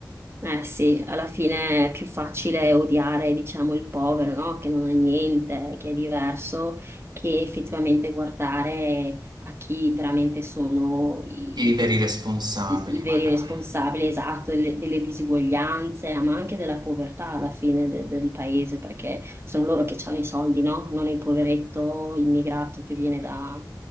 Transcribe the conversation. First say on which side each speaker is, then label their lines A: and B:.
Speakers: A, on the right (about 35°); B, on the right (about 80°).
A: Eh sì, alla fine è più facile odiare, diciamo, il povero, no? Che non ha niente, che è diverso, che effettivamente guardare a chi veramente sono i,
B: i veri responsabili
A: i- i veri
B: magari.
A: responsabili, esatto, delle, delle disuguaglianze, ma anche della povertà alla fine de- del paese, perché sono loro che hanno i soldi, no? Non il poveretto immigrato che viene da